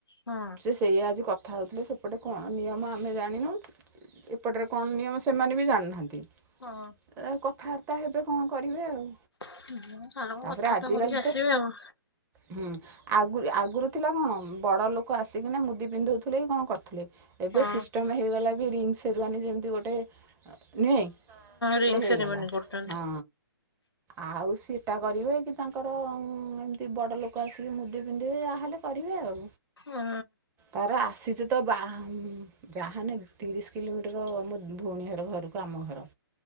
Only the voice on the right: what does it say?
ସେ ସେଇଆ ଆଜି କଥା ହଉଥିଲେ ସେପଟେ କଣ ନିୟମ ଆମେ ଜାଣିନାହୁଁ। ଏପଟରେ କଣ ନିୟମ ସେମାନେବି ଜାଣିନାହାନ୍ତି।
ଏରା କଥାବାର୍ତ୍ତା ହେବେ କଣ କରିବେ ଆଉ।
ତାପରେ ଆଜିକାଲି
ତ
ହୁଁ ଆଗ ଆଗରୁ ଥିଲା କଣ ବଡଲୋକ ଆସିକିନା ମୁଦି ପିନ୍ଧଉଥିଲେକି କଣ କରୁଥିଲେ। ଏବେ
ସିଷ୍ଟମ ହେଇଗଲାକି ରିଙ୍ଗ ସେରିୱାନି ଯେମ ତି ଗୋଟ ନୁହେଁ ହଁ
ଗୋଟେ ହେଇଗଲା
ହଁ। ଆଉ ସେଟା କରିବେ କିତାଙ୍କର ଏମିତି ବଡଲୋକ ଆସିକି ମୁଦି ପିନ୍ଧ ସିଏ ଯାହେଲେ କରିବେ ଆଉ
ତାର ଆସିଛିତ ବାହା ଯାହାନେ ତିରିଶି କିଲୋମିଟର ଆମ ଭଉଣୀହର ଘରକୁ ଆମ ଘର।